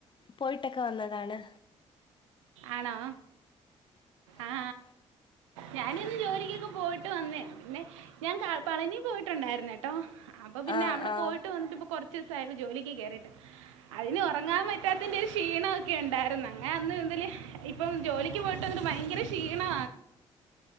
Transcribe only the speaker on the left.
പോയിട്ടൊക്കെ വന്നതാണ്
<inaudible>
ആഹ്
ആഹ്